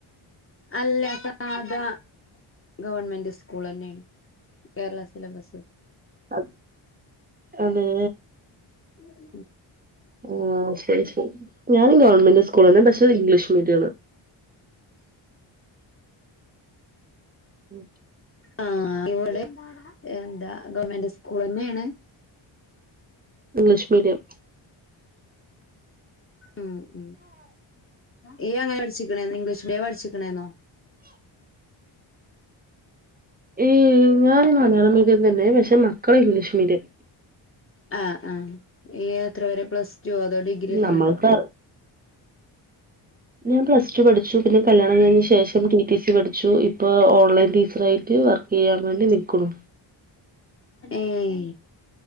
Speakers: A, on the left (about 25°); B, on the right (about 20°).
A: അല്ല.. സാധാ... ഗവൺമെന്റ് സ്കൂളന്നേണ്. കേരള സിലബസ്.
B: അ.. അതെ...
A: ഉം.
B: ഓ... ശരി.. ശരി.. ഞാനും ഗവൺമെന്റ് സ് സ്കൂളന്നെ പക്ഷേ... അത് ഇംഗ്ലീഷ് മീഡിയാണ്. ഉം.
A: ങാ... ഇവടെ.. എന്താ... ഗവൺമെന്റ് സ്കൂളന്നേണ്.
B: English medium.
A: ഉം.. ഉം.. യ്യ്യും അങ്ങനെ പഠിച്ച്ക്കണേ... ഇംഗ്ലീഷ് മീഡിയാ പഠിച്ച്ക്കണേനോ..?
B: ഉം. ഞാൻ മലയാളം മീഡിയം തന്നെ. പക്ഷേ മക്കള് ഇംഗ്ലീഷ് മീഡിയം.
A: ആ ആ ഈയെത്ര വരെ പ്ലസ് റ്റ്വോ അതോ ഡിഗ്രി ഒക്കണ്ടോ?
B: നമ്മൾക്ക് ഞാൻ പ്ലസ്റ്റു പഠിച്ചു. പിന്നെ കല്യാണം കഴിഞ്ഞ ശേഷം ടി ടി സി പഠി ച്ചൂ ഇപ്പ ഓൺലൈൻ ടീച്ചറായിട്ട് വർക്കെയ്യാൻ വേണ്ടി നിക്ക്ണു.
A: ഏയ്